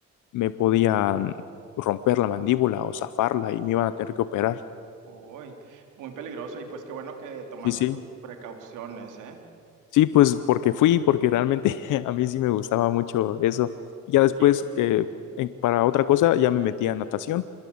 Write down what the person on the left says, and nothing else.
me podían romper la mandíbula o zafarla y me iban a tener que operar.
Sí, sí.
Sí, pues porque fui, porque realmente <laughs> a mí sí me gustaba mucho eso. Ya
después
que en- para otra cosa ya me metí a natación